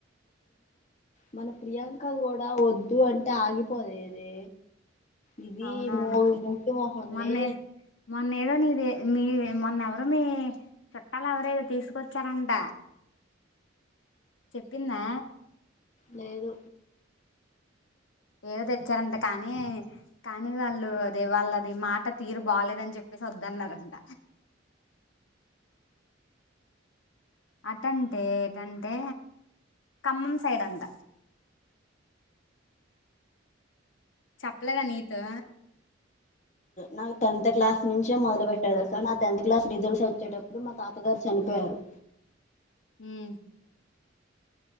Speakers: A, on the left; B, on the left.
A: మనం ప్రియాంకది కూడా వద్దు అంటే ఆగిపోలేదే ఇది
B: అవునవును
A: మూరుడు ముచ్చ మొహందీ
B: మొన్నే మొన్న ఏదో నీది మీ మొన్న ఎవరో మీ చుట్టాలు ఎవరో తీసుకొచ్చారంట చెప్పిందా
A: లేదు
B: ఎవరో తెచ్చారంట కానీ కానీ వాళ్ళు అదే వాళ్ళది మాట తీరు బాలేదని చెప్పి సి వద్దన్నారాంట అతన్ తో ఏటంటే ఖమ్మం సైడ్ అంట చెప్పలేదా నీతో
A: నాకు టెన్త్ క్లాస్ నుంచే మొదలు పెట్టారు సో నా టెన్త్ క్లాస్ రిజల్ట్స్ వచ్చేటప్పుడు మా తాతగారు చనిపోయారు
B: మ్మ్